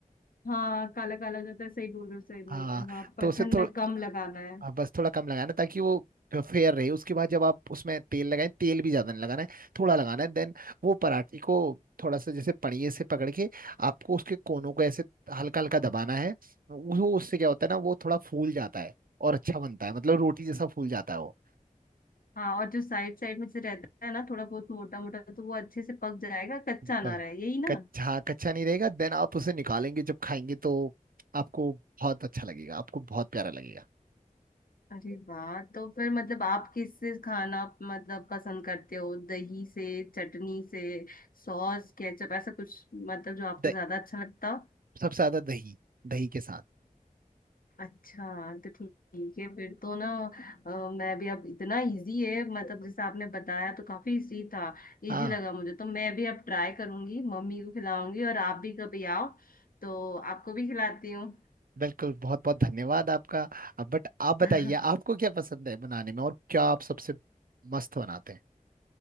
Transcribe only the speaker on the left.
हाँ काला काला हो जाता है सही बोल रहे हो सही बोल
रहे हो हाँ परथन
में कम लगाना है
हाँ और जो साइड साइड में से रहता है ना थोड़ा बहुत मोटा मोटा तो वो अच्छे से पक जाएगा कच्चा ना
रहे यही ना
अरे वाह तो फिर मतलब आप किससे खाना मतलब पसंद करते हो दही से चटनी से सॉस केचप ऐसा कुछ मतलब जो आपको
ज्यादा अच्छा लगता हो?
अच्छा तो ठीक ठीक है फिर तो ना अ, मैं भी अब इतना इजी है मतलब जैसे आपने बताया तो काफी इजी था
इजी लगा मुझे तो मैं भी अब ट्राई करूंगी मम्मी को खिलाऊंगी और आप भी कभी आओ तो आपको भी खिलाती हूँ
<laughs>